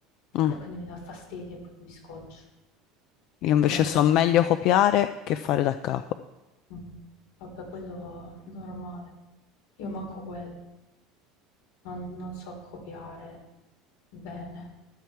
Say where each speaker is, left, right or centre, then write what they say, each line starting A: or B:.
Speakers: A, on the left (about 45°); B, on the left (about 75°).
A: Ah,
B: E quindi mi dà fastidio e quindi mi scoccio.
A: io invece
B: Come corca.
A: so meglio copiare che fare da capo.
B: Mm. Vabbè, quello normale. Io manco quello. Non, non so copiare bene,